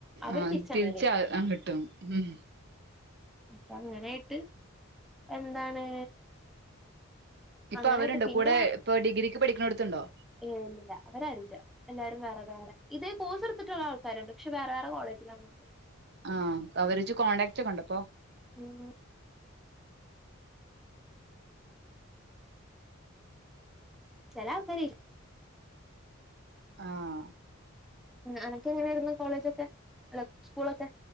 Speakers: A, in the centre; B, on the right (about 50°).
A: അവര്
B: ആ
A: തിരിച്ച് അങ്ങനെയാരുന്നു
B: ആ കിട്ടും ഉം
A: അപ്പൊ അങ്ങനായിട്ട് എന്താണ്
B: ഇപ്പൊ
A: അങ്ങനായിട്ട്
B: അവരുണ്ടോ
A: പിന്നെ
B: കൂടെ ഇപ്പൊ ഡിഗ്രിക്ക് പഠിക്കണടുത്തുണ്ടോ
A: ഇല്ലില്ല അവരാരുല്ല എല്ലാരും വേറെ വേറെ ഇത് കോഴ്സ് എടുത്തിട്ടുള്ള ആൾക്കാരുണ്ട് പക്ഷേ വേറെ വേറെ കോളേജിലാന്ന് മാത്രം
B: ആഹ അവര്ജ കോണ്ടാക്റ്റ് ഉണ്ടോ ഇപ്പൊ
A: ഉം ചെല ആൾക്കാർ ചെയ്യും
B: ആഹ്
A: അനൊക്കെ എങ്ങനെയായിരുന്നു കോളേജൊക്കെ അല്ല സ്കൂളൊക്കെ